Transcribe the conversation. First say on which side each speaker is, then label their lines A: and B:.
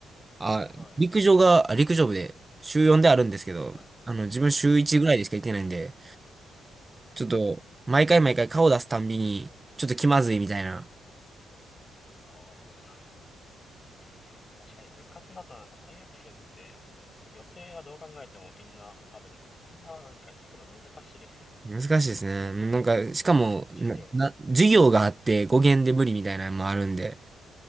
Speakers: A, on the right (about 20°); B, on the left (about 30°).
A: あ、
B: あ、はい。
A: 陸上が、あ陸上部で週4であるんですけど、
B: はい、
A: あの自分週1ぐらいでしか行ってないんで、
B: はい、
A: ちょっと毎回毎回顔出すたんびに、
B: はい。
A: ちょっと気まずいみたいな。
B: ああ、<laughs> 確かに部活だとなんか大学生って予定はどう考えてもみんなあるので、そんななんか行くの難しいですよね。
A: 難しいですね。なんか、しかも、な、
B: 授業、
A: な、授業があって語源で無理みたいなのもあるんで、